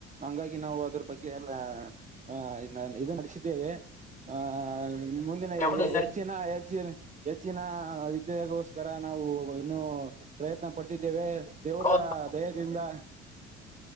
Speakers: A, on the right; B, on the left.
A: ಹಂಗಾಗಿ ನಾವು. ಇದ್ರು ಬಗ್ಗೆ ಎಲ್ಲ ಅ ಇದ್ನ ಇದು ನಡೆಸಿದ್ದೇವೆ ಆ. ಮುಂದಿನ
B: ಯಾವುದು ಸರ್
A: ಹೆಚ್ಚಿನ ಹೆಚ್ಚಿ ಹೆಚ್ಚಿನ ವಿದೆಗೋಸ್ಕರ ನಾವು ಇನ್ನು ಪ್ರಯತ್ನ ಪಡ್ತಿದ್ದೇವೆ ದೇವರ
B: ಹೌದಾ
A: ದೇಯದಿಂದ